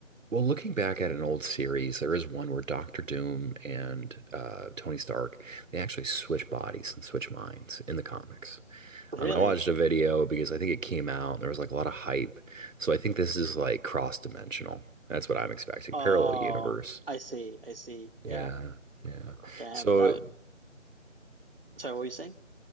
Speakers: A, on the right; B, on the right.
A: Well, looking back at an old series, there is one where Doctor Doom and uh, Tony Stark, they actually switch bodies and switch minds in the comics.
B: really?
A: Um, I watched a video because I think it came out and there was like a lot of hype. So I think this is like cross-dimensional. That's what I'm expecting.
B: Oh,
A: Parallel universe.
B: I see. I see. Yeah.
A: Yeah, yeah.
B: Damn,
A: So
B: that
A: it,
B: would Sorry, what were you saying?